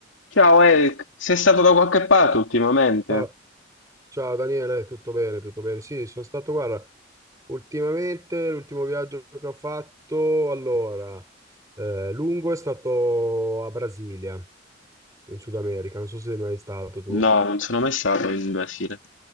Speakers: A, on the left; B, on the right.
A: Ciao Eric, sei stato da qualche parte ultimamente?
B: Ciao, ciao Daniele, tutto bene, tutto bene. Sì, sono stato, guarda, ultimamente l'ultimo viaggio che ho fatto, allora, eh, lungo è stato a Brasilia, in Sud America, non so se sei mai stato tu.
A: No, non sono mai stato in Brasile.